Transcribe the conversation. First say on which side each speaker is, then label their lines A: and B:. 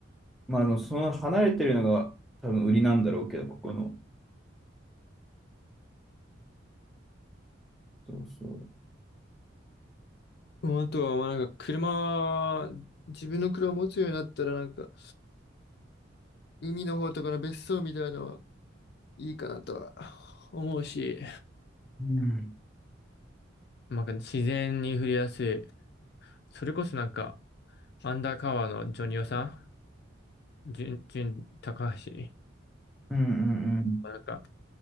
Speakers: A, in the centre; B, on the left.
A: まああの、その離れてるのが多分売りなんだろうけど、ここの。そうそう。
B: もうあとは、まあ、なんか車、自分の車を持つようになったら、なんか、海の方とかの別荘みたいなのはいいかなとは思うし。
A: うん
B: なんか自然に触れやすい。それこそなんか、アンダーカワーのジョニオさん、ジュン、ジュン、高橋。
A: うんうんう
B: なんか、